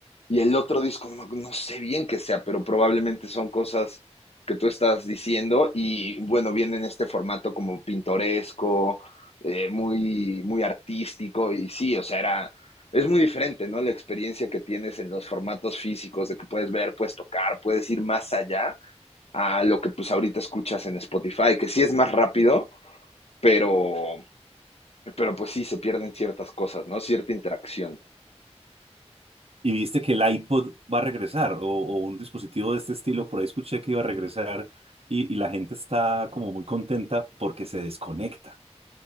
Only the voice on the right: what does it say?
Y viste que el iPod va a regresar, o, o un dispositivo de este estilo, por ahí escuché que iba a regresar y, y la gente está como muy contenta porque se desconecta.